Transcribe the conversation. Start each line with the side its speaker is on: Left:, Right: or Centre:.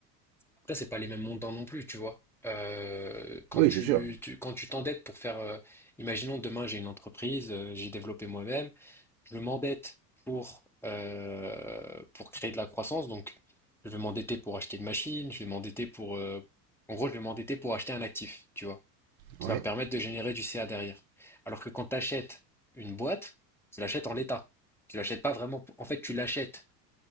Centre: Après, c'est pas les mêmes montants non plus, tu vois. Euh, quand
Right: Oui,
Centre: tu,
Right: c'est sûr.
Centre: tu- quand tu t'endettes pour faire, euh, imaginons demain j'ai une entreprise, euh, j'ai développé moi-même, je m'endette pour euh, pour créer de la croissance, donc je vais m'endetter pour acheter une machine, je vais m'endetter pour, euh, en gros, je vais m'endetter pour acheter un actif, tu vois, qui
Right: Ouais.
Centre: va me permettre de générer du CA derrière. Alors que quand tu achètes une boîte, tu l'achètes en l'état, tu l'achètes pas vraiment. En fait, tu l'achètes